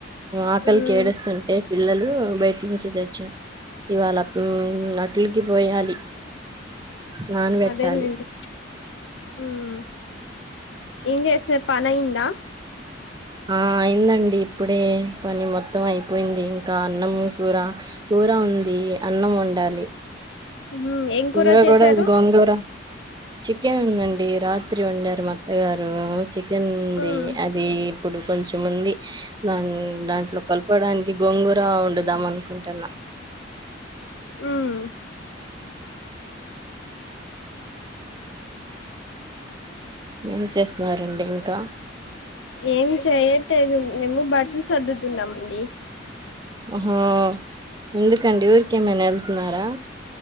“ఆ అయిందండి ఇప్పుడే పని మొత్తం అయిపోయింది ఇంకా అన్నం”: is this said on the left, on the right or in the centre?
Right